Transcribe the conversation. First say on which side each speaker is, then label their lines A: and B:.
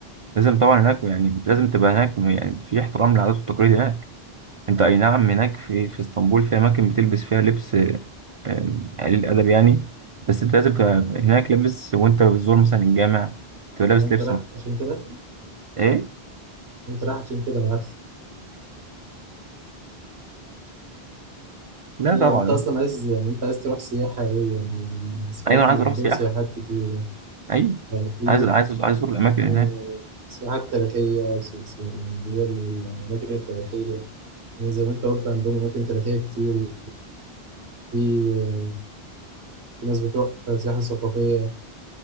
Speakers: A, on the right (about 45°); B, on the right (about 85°).
A: لازم طبعا هناك يعني انت لازم تبقى هناك يعني في احترام للعادات والتقاليد هناك انت اي نعم هناك في في اسطنبول في اماكن بتلبس فيها لبس آه، قليل الادب يعني بس انت لازم تبقى هناك لابس وانت بتزور مثلا الجامع تبقى لابس
B: إن أنت
A: لبس
B: رايح
A: مف-
B: عشان كده
A: ايه
B: أنت رايح عشان كده أنا عارف
A: <laughs> لا
B: إيه،
A: طبعا
B: انت اصلا عايز يعني انت عايز تروح سياحة ايه يعني سمعت
A: ايوه انا
B: ان
A: عايز اروح
B: عندهم
A: سياحه
B: سياحات كتير
A: ايوه
B: يعني في
A: عايز عايز عايز اروح الاماكن هناك
B: كان سياحات تاريخية وس- س- يعني اللي هي الأماكن التاريخية يعني زي ما انت قلت عندهم أماكن تاريخية كتير في في ناس بتروح سياحة ثقافية